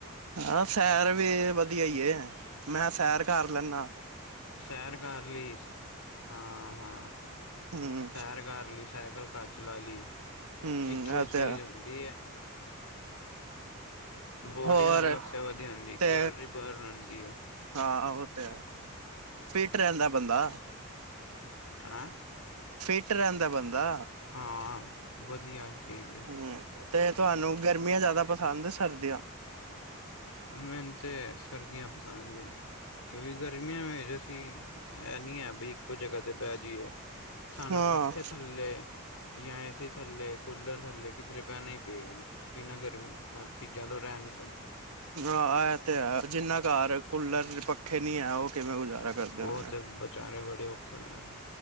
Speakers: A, on the right; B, on the left.
A: ਹਾਂ, ਸੈਰ ਵੀ ਵਧੀਆ ਏ। ਮੈਂ ਸੈਰ ਕਰ ਲੈਣਾ।
B: ਸੈਰ ਕਰ ਲਈ ਹਾਂ -ਹਾਂ।
A: ਹਮ
B: ਸੈਰ ਕਰ ਲਈ ਸੈਕਲ ਘਰ ਚਲਾ ਲਈ
A: ਹਮ
B: ਇੱਕੋ
A: ਇਹ
B: ਹੀ ਚੀਜ਼
A: ਤੇ ਹੈ
B: ਹੁੰਦੀ ਏ। ਬੋਡੀ
A: ਹੋਰ
B: ਵਾਸਤੇ ਵਧੀਆ ਹੁੰਦੀ।
A: ਤੇ
B: ਕੈਲਰੀ ਬਰਨ ਹੁੰਦੀ ਏ।
A: ਹਾਂ ਉਹ ਤੇ ਹੈ। ਫਿੱਟ ਰਹਿੰਦਾ ਬੰਦਾ।
B: ਹਾਂ।
A: ਫੱਟ ਰਹਿੰਦਾ ਏ ਬੰਦਾ।
B: ਹਾਂ। ਵਧੀਆ ਚੀਜ਼ ਏ।
A: ਹੂੰ ਤੇ ਤੁਹਾਨੂੰ ਗਰਮੀਆਂ ਜ਼ਿਆਦਾ ਪਸੰਦ ਸਰਦੀਆਂ।
B: ਮੈਨੂੰ ਤੇ ਸਰਦੀਆਂ ਪਸੰਦ ਏ। ਕਿਉਂਕਿ ਗਰਮੀਆਂ ਵਿੱਚ ਅਸੀਂ ਇਹ ਨੀ ਏ। ਇੱਕੋ ਜਗ੍ਹਾ ਤੇ ਬਹਿ ਜਾਏ। ਸਾਨੂੰ
A: ਹਾਂ
B: ਪੱਖੇ ਥੱਲੇ, ਜਾ ਏਸੀੇ ਥੱਲੇ, ਕੂਲਰ ਥੱਲੇ ਕਿਧਰੇ ਬਹਿਣਾ ਹੀ ਪੀਏਗਾ। ਬਿਨਾਂ ਗਰਮੀ ਚੀਜ਼ਾਂ ਤੋਂ ਰਹਿਣ
A: ਆਹ ਇਹ ਤੇ ਐ। ਜਿੰਨਾ ਘਰ ਕੂਲਰ ਪੱਖੇ ਨੀ ਐ। ਉਹ ਕਿਵੇਂ ਗੁਜ਼ਾਰਾ ਕਰਦੇ ਹੋਣੇ
B: ਉਹ ਤੇ ਵਿਚਾਰੇ ਬੜੇ ਔਖੇ ਹੁੰਦੇ ਨੇ